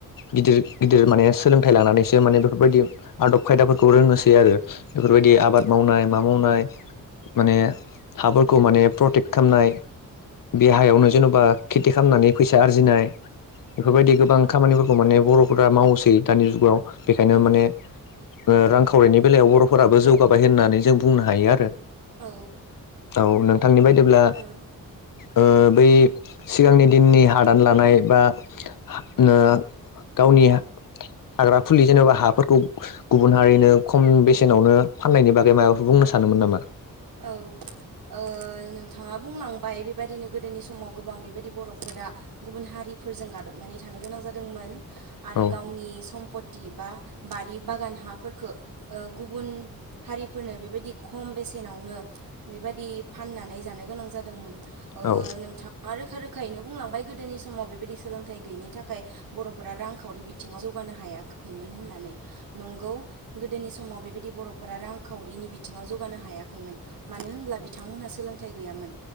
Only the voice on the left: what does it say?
गिदिर गिदिर माने सोलोंथाइ लानानैसो माने बेफोरबायदि आदब खायदाफोरखौ रोंनोसै आरो बेफोरबायदि
आबाद मावनाय मा मावनाय माने हाफोरखौ माने प्रटेक्ट खालामनाय देहायावनो जेनबा खेथि खालामनानै फैसा आरजिनाय बेफोरबायदि
गोबां खामानि माने बरफोरा मावसै दानि जुगाव बेखायनो
माने रांखावरिनि बेलायाव बरफोराबो जौगाबाय होननानै जों बुंनो हायो आरो
औ नोंथांनि बायदिब्ला
ओ बै सिगांनि दिननि हादान लानाय बा ओ गावनि हाग्रा खुलि जेनेबा हाफोरखौ गुबुन हारिनो खम बेसेनावनो फाननायनि बागै माबाफोर बुंनो सानोमोन नामा
औ
औ